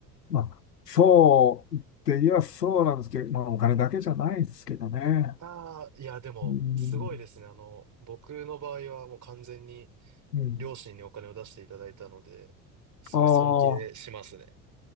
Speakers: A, on the left; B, on the right.
A: まあ、そうって言えばそうなんですけど、まあ、お金だけじゃないですけどね。
B: ああ、いや、でも、
A: うん、
B: すごいですね。あの、僕の場合はもう完全に
A: うん。
B: 両親にお金を出していただいたので、すごい尊敬しますね。
A: ああ、